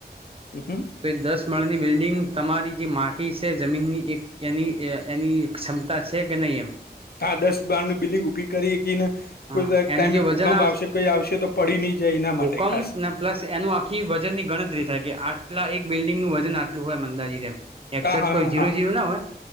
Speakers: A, on the left; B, on the right.
A: હ હ
B: તો દસ માળાની બિલ્ડિંગ તમારી જે માટી છે જમીનની એક એની એની ક્ષમતા છે કે નહીં એમ
A: હા દસ બાર ન બિલિંગ ઉભી કરી ને
B: હા
A: કોઈ ટાઈમે
B: એનું જે વજન
A: ભૂકંપ આવશે કોઈ આવશે તો પડી નહી જાય એના માટે
B: ભૂકંપ
A: ખાસ
B: ને પ્લસ એનું આખી વજનની ગણતરી થાય કે આટલા એક બિલ્ડિંગનું વજન આટલું હોય મંદાજી તેમ એકસઠ
A: હા હા
B: કોઈ
A: હા
B: ઝીરો
A: હા
B: ઝીરો ના હોય